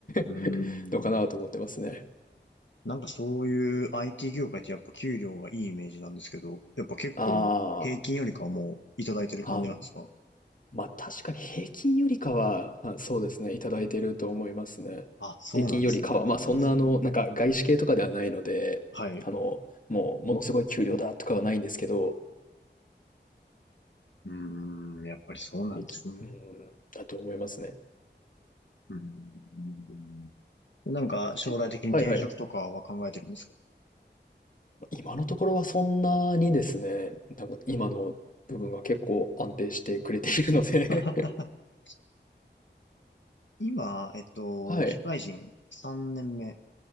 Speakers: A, on the left; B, on the left.
A: ーん。
B: <laughs> のかなと思ってますね。
A: なんかそういう IT 業界ってやっぱ給料がいいイメージなんですけど、やっぱ結構平均よりかはもういただいてる感じなんですか
B: ああ、あ、まあ確かに平均よりかは、あ、そうですね、いただいてると思いますね。
A: あ、そうなんですね、
B: 平均よりかは、
A: やっぱり。
B: まあそんなあの、なんか外資系とかではないので、
A: はい。
B: あの、もうものすごい給料だとかはないんですけど、
A: うーん、やっぱりそうなんですね。
B: 平均、うん、だと思いますね。
A: うん。なんか、
B: し、
A: 将来的に転職とかは考えてるんですか
B: はいはい。今のところはそんなにですね、なんか今の部分が結構安定してくれているので
A: <laughs> 今、えっと、
B: <laughs> はい。
A: 社会人3年目。